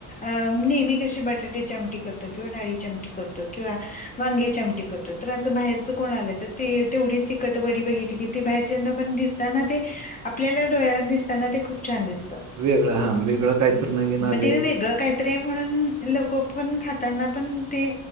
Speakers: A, on the left; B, on the right.
A: अं नेहमी कशी बटाटेची आमटी करतो किंवा डाळी चमट करतो किंवा वांगेची आमटी करतो तर असं बाहेरच कोण आलं तर ते तेवढीच तिखट वडी बघितली की ते बाहेरच्याना पण दिस ताना ते आपल्याला डोळ्याना दिसताना ते खूप छान दिसतात.
B: वेगळां हा वेगळं काहीत नवीन आलय.
A: ते वेगळं काय तरी हाय म्हणून लोक पण खाताना पण ते